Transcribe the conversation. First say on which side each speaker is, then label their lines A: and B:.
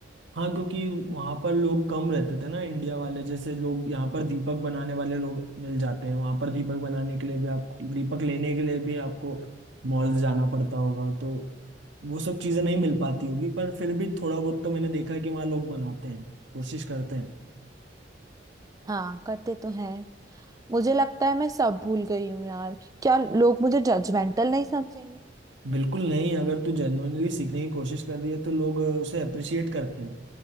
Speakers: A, on the right; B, on the right.
A: हाँ क्योंकि वहां पर लोग कम रहते थे ना इंडिया वाले जैसे लोग यहाँ पर दीपक बनाने वाले लोग मिल जाते हैं वहां पर दीपक बनाने के लिए भी आप दीपक लेने के लिए भी आपको मॉल जाना पड़ता होगा तो वो सब चीजें नहीं मिल पाती होगी पर फिर भी थोड़ा बहुत तो मैंने देखा है कि वहाँ लोग बनाते हैं कोशिश करते हैं
B: हाँ करते तो हैं मुझे लगता है मैं सब भूल गई हूँ यार क्या लोग मुझे जजमेंटल नहीं समझेंगे
A: बिल्कुल नहीं अगर तू जेन्युइनली सीखने की कोशिश कर रही है तो लोग अ, उसे अप्रिशिएट करते हैं